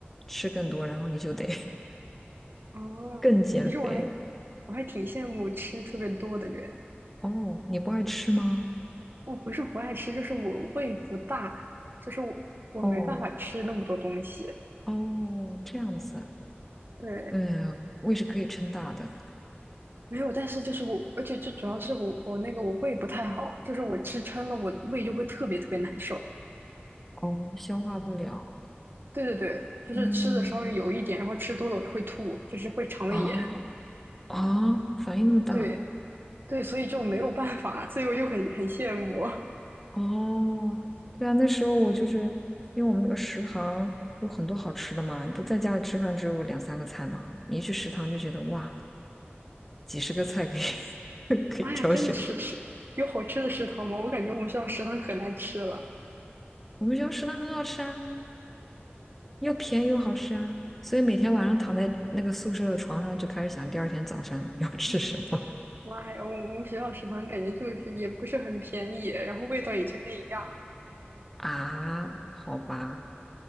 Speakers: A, in the centre; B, on the right.
A: 吃更多，然后你就得 <laughs>
B: 哦，
A: 更减肥。
B: 其实我还我还挺羡慕吃特别多的人，
A: 哦，你不爱吃吗？
B: 我不是不爱吃，就是我胃不大，就是我我没办法吃那么多东西。
A: 哦哦，这样子，
B: 对，
A: 嗯，胃是可以撑大的，
B: 没有，但是就是我，而且最主要是我我那个我胃不太好，就是我吃撑了，我胃就会特别特别难受。
A: 哦，消化不了，
B: 对对对，就是吃的稍微油一点，
A: 嗯
B: 然后吃多了我就会吐，就是会肠胃炎。
A: 啊啊，反应那么大。
B: 对对，所以就没有办法，所以我就很很羡慕。
A: 哦，对啊，那时候我就是因为我们那个食堂有很多好吃的嘛，你不在家里吃饭只有两三个菜嘛，你一去食堂就觉得哇，几十个菜可以
B: <laughs>
A: <laughs> 可以挑选。
B: 妈呀，真的是吃有好吃的食堂吗？我感觉我们学校食堂可难吃了。
A: 我们学校食堂很好吃啊，又便宜又好吃啊，所以每天晚上躺在那个宿舍的床上就开始想第二天早上要吃什么
B: 妈呀，我我们学校食堂感觉就是也不是很便宜，然后味道也就那样。
A: <laughs> 啊？好吧，